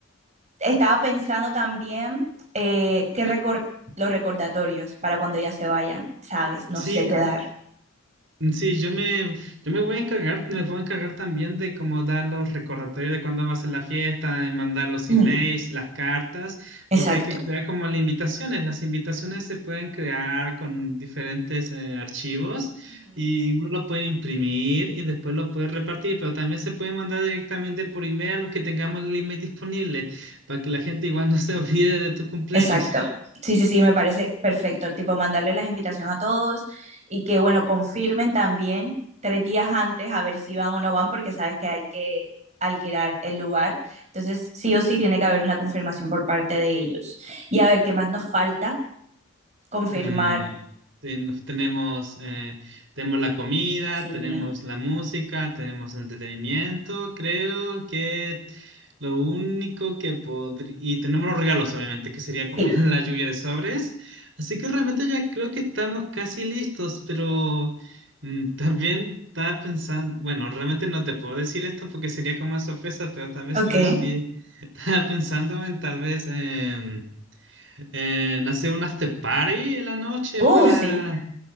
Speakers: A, on the right (about 35°); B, on the right (about 70°).
A: estaba pensando también eh, que recor- los recordatorios para cuando ya se vayan, ¿sabes? No
B: Sí,
A: sé qué dar.
B: Sí, yo me, yo me voy a encargar, me puedo encargar también de como dar los recordatorios de cuándo va a ser la fiesta, de mandar los emails,
A: Mm,
B: las cartas,
A: exacto.
B: porque hay que crear como las invitaciones. Las invitaciones se pueden crear con diferentes eh, archivos y uno lo puede imprimir y después lo puede repartir, pero también se puede mandar directamente por email a los que tengamos el email disponible, para que la gente igual <laughs> no se olvide de tu cumpleaños.
A: Exacto. Sí, sí, sí, me parece perfecto. Tipo, mandarle las invitaciones a todos y que, bueno, confirmen también tres días antes a ver si van o no van, porque sabes que hay que alquilar el lugar. Entonces, sí o sí tiene que haber una confirmación por parte de ellos. Y a ver, ¿qué más nos falta? Confirmar.
B: Mm, ten- tenemos, eh, tenemos la comida,
A: Sí.
B: tenemos la música, tenemos entretenimiento. Creo que lo único que podría... Y tenemos los regalos, obviamente, que sería como
A: Sí.
B: <laughs> la lluvia de sobres. Así que realmente ya creo que estamos casi listos, pero mm, también estaba pensando... Bueno, realmente no te puedo decir esto porque sería como una sorpresa, pero tal vez
A: Ok.
B: estaba, en pi- <laughs> estaba pensando en tal vez... em, en hacer un after party en la noche
A: Uh,
B: para,
A: sí.